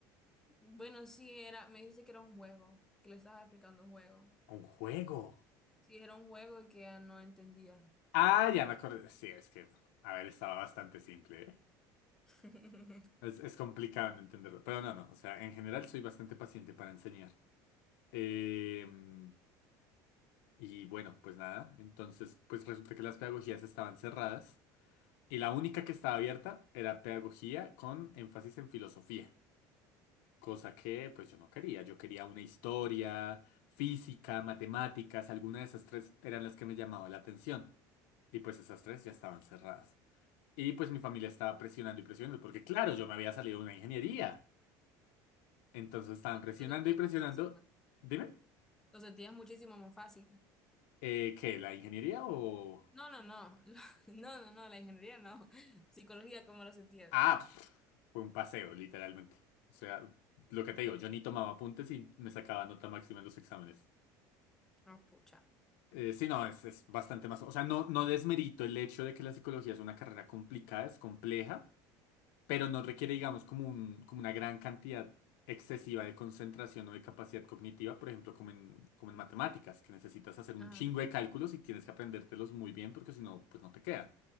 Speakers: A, in the centre; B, on the left.
A: Bueno, sí era, me dijiste que era un juego, que le estabas explicando un juego.
B: Un juego.
A: Sí, era un juego y que ya no entendía.
B: Ah, ya me acordé. Sí, es que, a ver, estaba bastante simple, ¿eh?
A: <laughs> Entonces
B: Es, es complicado de entenderlo, pero no, no, o sea, en general soy bastante paciente para enseñar. Em, y bueno, pues nada, entonces pues resulta que las pedagogías estaban cerradas y la única que estaba abierta era pedagogía con énfasis en filosofía, cosa que pues yo no quería, yo quería una historia, física, matemáticas, alguna de esas tres eran las que me llamaba la atención y pues esas tres ya estaban cerradas. Y pues mi familia estaba presionando y presionando porque claro, yo me había salido de una ingeniería. Entonces estaban presionando
A: lo sentía
B: y presionando.
A: más fácil, ¿verdad?
B: Dime,
A: Lo sentías muchísimo más fácil.
B: eh, ¿qué? ¿La ingeniería o...?
A: No, no, no, <laughs> no, no, no, la ingeniería no. <laughs> Psicología, ¿cómo lo sentías?
B: Ah, pf, fue un paseo, literalmente. O sea, lo que te digo, yo ni tomaba apuntes y me sacaba nota máxima en los exámenes.
A: Ah, pucha.
B: Eh, sí, no, es, es bastante más... O sea, no, no desmerito el hecho de que la psicología es una carrera complicada, es compleja. pero no requiere, digamos, como un, como una gran cantidad excesiva de concentración o de capacidad cognitiva, por ejemplo, como en, como en matemáticas, que necesitas hacer un
A: Ajá,
B: chingo de cálculos y tienes que aprendértelos muy bien porque si no, pues no te queda.